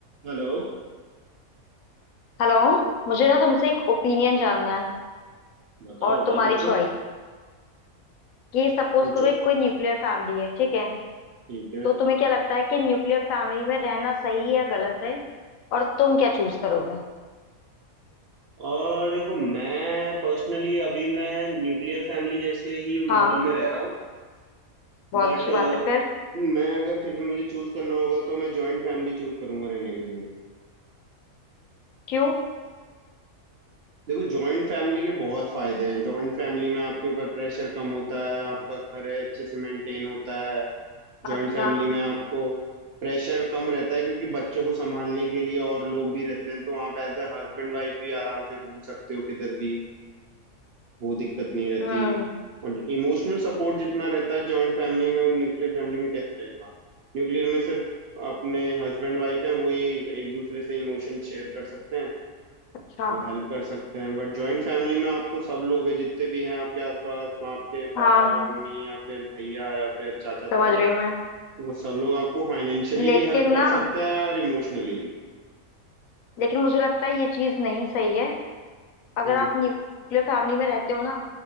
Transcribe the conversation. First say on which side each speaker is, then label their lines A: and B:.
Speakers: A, on the right (about 55°); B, on the left (about 70°).
A: Hello
B: Hello मुझे ना तुमसे एक ओपिनियन जानना है
A: बताओ
B: और
A: बताओ
B: तुम्हारी
A: पूछो
B: चॉइस कि सपोज
A: पूछो
B: करो एक कोई न्यूक्लियर फैमिली है ठीक है
A: ठीक है
B: तो तुम्हें क्या लगता है कि न्यूक्लियर फैमिली में रहना सही या गलत है और तुम क्या चूज करोगे
A: और देखो मैं पर्सनली अभी मैं न्यूक्लियर फैमिली जैसे ही
B: हाँ
A: माहौल में रह रहा हूँ
B: बहुत
A: बट
B: अच्छी बात है फिर
A: मैं अगर फिर भी मुझे चूज करना होगा तो मैं जॉइंट फैमिली चूज करूंगा रहने के लिए
B: क्यों
A: देखो जॉइंट फैमिली के बहुत फायदे हैं जॉइंट फैमिली में आपके ऊपर प्रेशर कम होता है आपका घर है अच्छे से मेंटेन होता है जॉइंट
B: अच्छा
A: फैमिली में आपको प्रेशर कम रहता है क्योंकि बच्चों को संभालने के लिए और लोग भी रहते हैं तो आप एज ए हस्बैंड वाइफ भी आराम से घूम सकते हो किधर भी वो दिक्कत नहीं रहती
B: हम्म
A: और इमोशनल सपोर्ट जितना रहता है जॉइंट फैमिली में वो न्यूक्लियर फैमिली में कैसे रहेगा न्यूक्लियर में सिर्फ अपने हस्बैंड वाइफ हैं वही एक दूसरे से इमोशन शेयर कर सकते हैं
B: अच्छा
A: और हेल्प कर सकते हैं बट जॉइंट फैमिली में आपको सब लोग हैं जितने भी हैं आपके आसपास आपके
B: हाँ
A: पापा मम्मी या फिर भैया या फिर चाचा ताऊ
B: समझ रही हूँ मैं
A: वो सब लोग आपको फाइनेंशियली
B: लेकिन
A: भी हेल्प कर
B: ना
A: सकते हैं और इमोशनली भी
B: लेकिन मुझे लगता है ये चीज नहीं सही है अगर
A: हम्म
B: आप न्यूक्लियर फैमिली में रहते हो ना